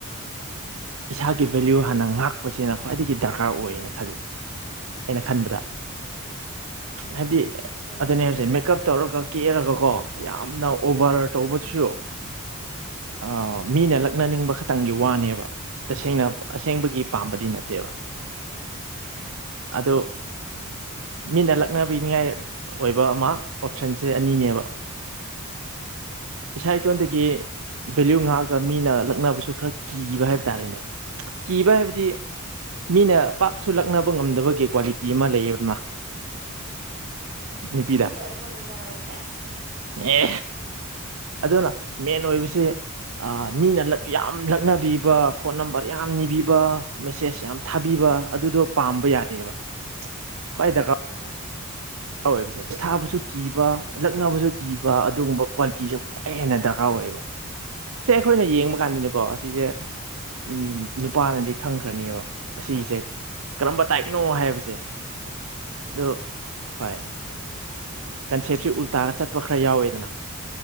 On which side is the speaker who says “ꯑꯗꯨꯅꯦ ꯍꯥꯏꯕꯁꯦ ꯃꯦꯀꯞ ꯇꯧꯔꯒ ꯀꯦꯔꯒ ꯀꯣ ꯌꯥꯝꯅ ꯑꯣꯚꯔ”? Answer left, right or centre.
Right